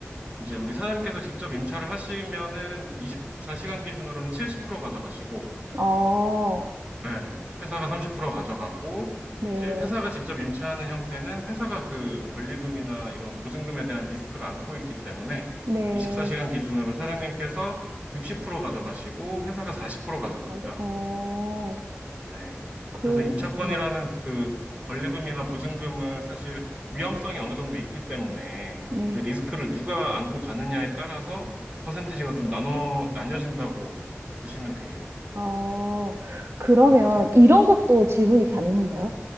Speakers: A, on the right; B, on the right.
A: 이제 우리 사장님께서 직접 임차를 하시면은 24시간 기준으로는 70% 가져가시고
B: 어,
A: 네, 회사가 30% 가져가고,
B: 네.
A: 이제 회사가 직접 임차하는 형태는 회사가 그 권리금이나 이런 보증금에 대한 리스크를 안고 있기 때문에
B: 네.
A: 24시간 기준으로 사장님께서 60% 가져가시고, 회사가 40%
B: 그아
A: 가져갑니다.
B: 어,
A: 네.
B: 그
A: 그래서 임차권이라는
B: 음,
A: 그 권리금이나 보증금은 사실 위험성이 어느 정도 있기 때문에
B: 네.
A: 그 리스크를 누가 안고 가느냐에 따라서 이렇게 퍼센티지가 좀 나눠, 나뉘어진다고 보시면 돼요.
B: 어, 그러면
A: 네.
B: 이런 것도 질문이 가능한가요?